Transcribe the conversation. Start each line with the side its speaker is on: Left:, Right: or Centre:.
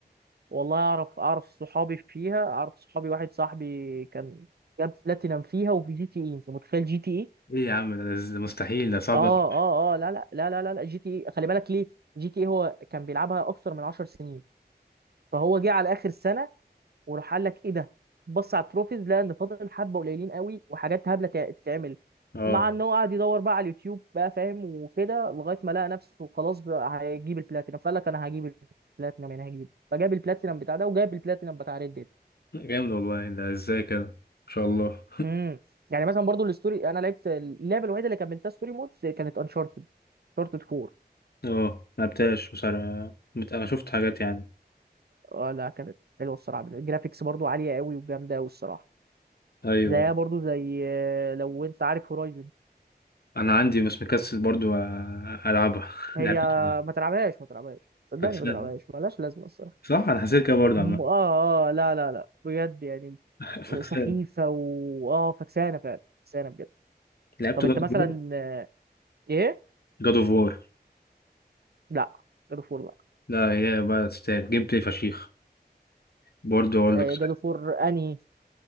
Right: والله اعرف اعرف صحابي فيها اعرف صحابي واحد صاحبي كان جاب بلاتينم فيها وفي جي تي اي انت متخيل جي تي اي
Left: ايه يا عم ده ده مستحيل ده صعب
Right: اه
Left: أوي.
Right: اه اه لا لا لا لا لا لا جي تي اي خلي بالك ليه جي تي اي هو كان بيلعبها اكثر من 10 سنين فهو جه على اخر سنه وراح قال لك ايه ده بص على التروفيز لقى ان فاضل حبه قليلين قوي وحاجات هبله تع- تتعمل
Left: اه
Right: مع ان هو قعد يدور بقى على اليوتيوب بقى فاهم وكده لغايه ما لقى نفسه خلاص بقى هيجيب البلاتينم فقال لك انا هجيب البلاتينم انا هجيب فجاب البلاتينم بتاع ده وجاب البلاتينم بتاع ريد ديد
Left: جامد والله ده ازاي كده ان شاء الله
Right: امم يعني مثلا برضو الستوري انا لعبت اللعبه الوحيده اللي كملتها ستوري مود كانت انشارتد انشارتد 4
Left: اه ملعبتهاش بصراحة مت- انا شفت حاجات يعني
Right: اه لا كانت حلوه الصراحه الجرافيكس برضو عاليه قوي وجامده قوي الصراحه
Left: ايوه
Right: زيها برضو زي آه، لو انت عارف هورايزن
Left: انا عندي بس مكسل برضو أ- العبها <laughs>
Right: هي
Left: لعبت ايه
Right: ما تلعبهاش ما تلعبهاش صدقني
Left: فاكسان
Right: ما تلعبهاش ملهاش لازمه الصراحه
Left: صح انا حسيت كده برضو
Right: م-
Left: عم
Right: اه اه لا لا لا بجد يعني
Left: <laughs> فاكسان
Right: سخيفه واه فكسانه فعلا فكسانه بجد
Left: لعبت
Right: طب
Left: جاد
Right: انت
Left: اوف
Right: مثلا
Left: وور
Right: آه، ايه
Left: جاد اوف وور
Right: لا جادو فور لا
Left: لا هي بقى تستاهل جيم بلاي فشيخ برضو اقول
Right: آه،
Left: لك
Right: جادو فور انهي